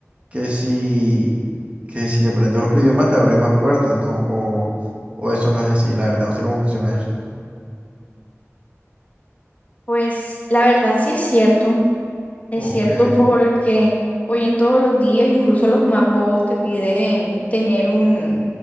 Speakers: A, on the right; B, on the left.
A: que si, que si aprendes otro idioma te abre más puertas, ¿no? O, o eso no es así, la verdad, no sé cómo funciona eso.
B: Pues la verdad sí es cierto. Es
A: Ok,
B: cierto, porque hoy en todos los días, incluso los más bobos te piden tener un,